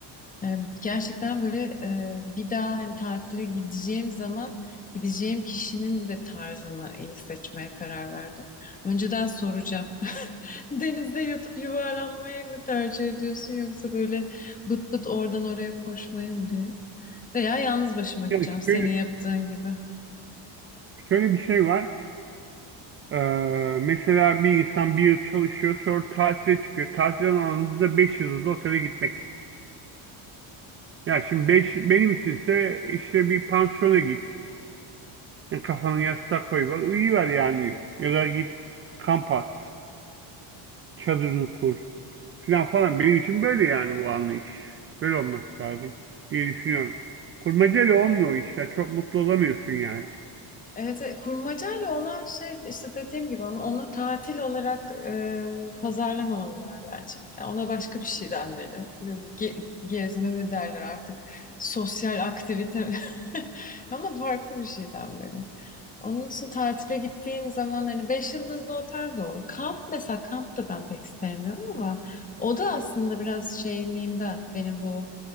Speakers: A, on the left (about 20°); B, on the right (about 30°).
A: E, gerçekten böyle e, bir daha hani tatile gideceğim zaman gideceğim kişinin de tarzını iyi seçmeye karar verdim. Önceden soracağım. Denizde yatıp yuvarlanmayı mı tercih ediyorsun yoksa böyle bıt bıt oradan oraya koşmayı mı diye? Veya yalnız başıma gideceğim
B: Yani
A: senin
B: şöyle,
A: yaptığın gibi.
B: şöyle bir şey var. Ee, mesela bir insan bir yıl çalışıyor sonra tatile çıkıyor. Tatilden anında da 5 yıldızlı otele gitmek. Yani şimdi beş, benim içinse işte bir pansiyona git. Yani kafanı yastığa koy var. Uyuyiver yani. Ya da git kamp at. Çadırını kur. Falan falan. Benim için böyle yani bu anlayış. Böyle olması lazım diye düşünüyorum. Kurmacayla olmuyor işte. Çok mutlu olamıyorsun yani.
A: Evet, evet, kurmacayla olan şey işte dediğim gibi onu, onu tatil olarak e, pazarlamamalılar bence. Yani ona başka bir şey denmeli. Ge- gezme mi derler artık? Sosyal aktivite mi? <laughs> Ona farklı bir şey denmeli. Onun için tatile gittiğim zaman hani beş yıldızlı otel de olur. Kamp mesela kamp da ben pek sevmiyorum ama o da aslında biraz şeyimliğimden benim bu